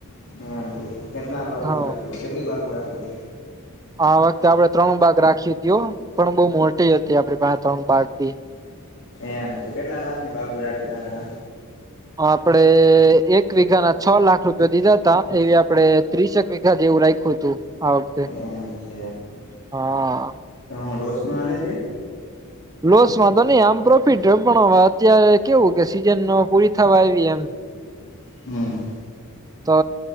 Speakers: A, on the left; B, on the right.
A: હમ કેટલા બાગુ
B: હવ
A: રાખું કેટલી બાગુ રાખીએ.
B: આ વખતે આપડણે ત્રણ બાગ રાખી. પણ બહું મોટી હતી આપડી પાસે ત્રણ બાક બી.
A: એમ તો કેટલા લાખ ની બાબુ રાખી તને ત?
B: આપડે એક વીઘા ના છ લાખ રૂપયો દીધા હતા એવી આપડે ત્રીસેક વીઘા જે રાઈખયું હતું આ વખતે.
A: એમ છે.
B: હા.
A: તો હું લોસમાં હાલે છે.?
B: લોસમાં તો નહી આમ પ્રોફિટ પણ હવે અત્યારે કેવું કે સિઝન પૂરી થવા આવી એમ.
A: હમ્મ.
B: તો